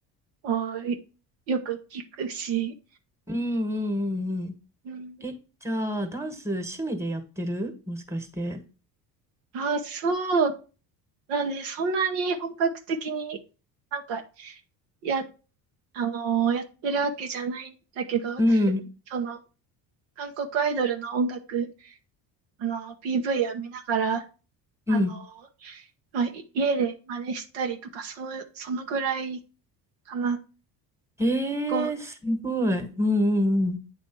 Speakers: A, on the right; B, in the centre.
A: をよく聞くし、
B: うんうんうんうん。
A: うん、
B: え、じゃあ、ダンス趣味でやってるもしかして。
A: あ、そうだね。そんなに本格的になんかやっあのーやってるわけじゃないんだけど、
B: うん。
A: その、韓国アイドルの音楽、あのー PV を見ながら、
B: うん。
A: あのーまあ、い家で真似したりとか、そう、そのぐらいかな。
B: えー、
A: 結構、
B: すごい。うんうんうん。